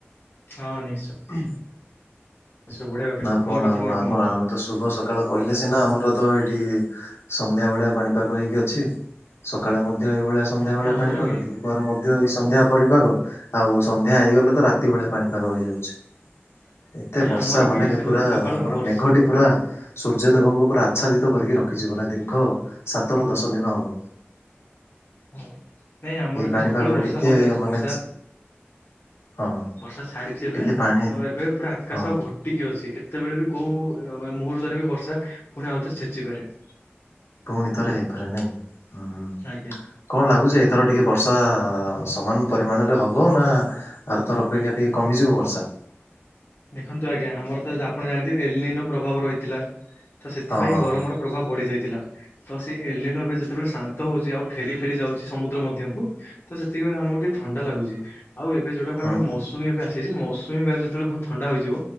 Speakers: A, on the left; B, on the left.
A: ହଁ ନିଶ୍ଚୟ।
B: ହୁଁ।
A: ନିଶ୍ଚୟ ବଢିଆ କଥା
B: ଆଉ
A: ଆପଣଙ୍କ
B: କଣ
A: କଥାରେ
B: ଆଉ
A: ମୁଁ
B: ଆମ
A: ଏକମତ।
B: ଶୁଭ ସକାଳ କହିଲେ ସିନା ଆମର ତ ଏଇଠି ସନ୍ଧ୍ୟା ଭଳିଆ ପାଣିପାଗ ହେଇକି ଅଛି। ସକାଳେ ମଧ୍ୟ ଏଇଭଳିଆ ସନ୍ଧ୍ୟାବେଳେ
A: ନାଇଁ ଆମର
B: ପାଣି ପାଗ
A: ବି
B: ଦିି ପରେ ମଧ୍ୟ ଏଇ ସନ୍ଧ୍ୟା ପାଣିପାଗ ଆଉ ସନ୍ଧ୍ୟା ହେଇଗଲେ ତ ରାତି ଭଳିଆ ପାଣିପାଗ ହେଇଯାଉଛି।
A: <inaudible>
B: ଏତେ ବର୍ଷା
A: ଆମର ବି
B: ମାନେ
A: ସେମିତି
B: ପୁରା
A: ସକାଳୁ
B: ଆମର
A: ବର୍ଷା
B: ମେଘଟି ପୁରା। ସୂର୍ଯ୍ୟଦେବଙ୍କ ଉପରେ ଆଚ୍ଛାଦିତ କରିକି ରଖିଯିବ ନା ଦୀର୍ଘ ସାତରୁ ଦଶ ଦିନ ହେବ।
A: ହ ନାଇଁ ଆମର ବି
B: ପାଣିପାଗରେ
A: ସକାଳୁ ବର୍ଷା
B: ଟିକେ
A: ହଉଥିଲା
B: ମାନେ
A: ବର୍ଷା
B: ହଁ ହଁ
A: ବର୍ଷା ଛାଡିଛି ଏବେ
B: ଟିକେ ପାଣି
A: ତ ଏବେ ପୁରା ଆକାଶ
B: ହଁ
A: ଘୋଟିକି ଅଛି କେ ସେତେବେଳେ ବି କୋଉ ମୁହୂର୍ତ୍ତରେ ବି ବର୍ଷା ପୁଣି ଆଉଥରେ ଛେଚିପାରେ।
B: ପୁଣି ଥରେ ହେଇପାରେ ନାଇଁ ହୁଁ ହୁଁ।
A: ଆଜ୍ଞା।
B: କଣ ଲାଗୁଛି ଏଥର ଟିକେ ବର୍ଷା ସମାନ ପରିମାଣରେ ହବ ନା ଆର ତର ଅପେକ୍ଷା ଟିକେ କମିଯିବ ବର୍ଷା।
A: ଦେଖନ୍ତୁ ଆଜ୍ଞା ଆମର ତ ଆପଣ ଜାଣିଥିବେ ଏଲନ ର ପ୍ରଭାବ ରହିଥିଲା ତ ସେଥିପାଇଁ
B: ହଁ ହଁ
A: ଗରମର ପ୍ରଭାବ ବଢ଼ିଯାଇଥିଲା। ତ ସେ ଏଲିଆନେ ଏବେ ଯେତେବେଳେ ଶାନ୍ତ ହଉଛି ଆଉ ଫେରି ଫେରି ଯାଉଛି ସମୁଦ୍ର ମଧ୍ୟକୁ ତ ସେତିକିବେଳେ ଆମକୁ ଟିକେ ଥଣ୍ଡା ଲାଗୁଛି। ଆଉ ଏବେ ଯୋଉଟାକୁ
B: ହଁ
A: ଆମେ
B: ହୁଁ
A: ମୌସୁମି ଏବେ ଆସିଛି ମୌସୁମି ଯେତେବେଳେ ପୁଣି ଥଣ୍ଡାହେଇଯିବ।